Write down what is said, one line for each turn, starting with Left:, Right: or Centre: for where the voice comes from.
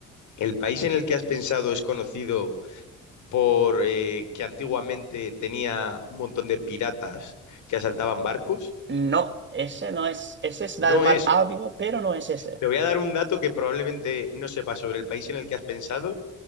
Left: ¿El país en el que has pensado es conocido por eh, que antiguamente tenía un montón de piratas que asaltaban barcos?
Right: No, ese no es. Ese es
Left: No
Right: da al mar
Left: es.
Right: Arábigo, pero no es ese.
Left: Te voy a dar un dato que probablemente no sepas sobre el país en el que has pensado,